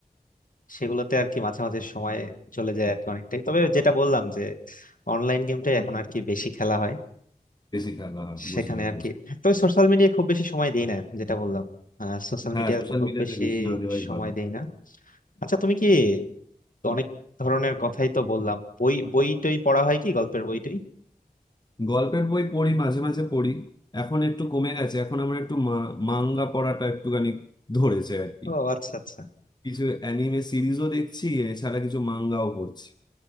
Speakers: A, on the left (about 60°); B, on the left (about 25°).
A: সেগুলোতে আর কি মাঝে মাঝে সময় চলে যায় আর কি অনেকটাই তবে যেটা বললাম যে অনলাইন গেমটাই এখন আর কি বেশি খেলা হয়
B: বেশি খেলা হয় বুঝলাম
A: সেখানে আর
B: বুঝলাম
A: কি তবে সোশ্যাল মিডিয়া খুব বেশি সময় দেই না যেটা বললাম সোশ্যাল
B: হ্যাঁ
A: মিডিয়া
B: সোশ্যাল
A: খুব
B: মিডিয়াতে
A: বেশি
B: বেশি না দেওয়াই
A: সময়
B: ভালো
A: দেই না আচ্ছা তুমি কি তো অনেক ধরনের কথাই তো বললাম বই বই টই পড়া হয় কি গল্পের বই টই
B: গল্পের বই পড়ি মাঝে মাঝে পড়ি এখন একটু কমে গেছে এখন আমার একটু মা- মাঙ্গা পড়াটা একটুখানি ধরেছে আর কি
A: ও আচ্ছা আচ্ছা
B: কিছু অ্যানিমে সিরিজও দেখছি এছাড়া কিছু মাঙ্গাও পড়ছি